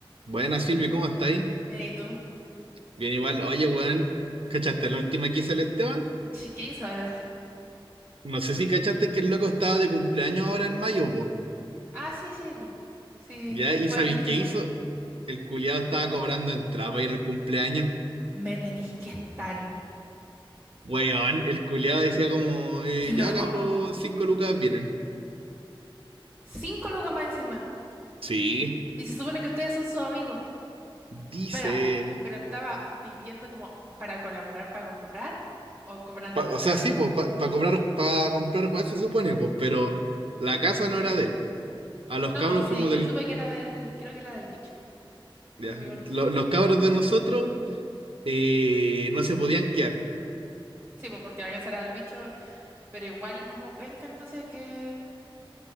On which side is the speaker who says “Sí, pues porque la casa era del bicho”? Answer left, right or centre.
Right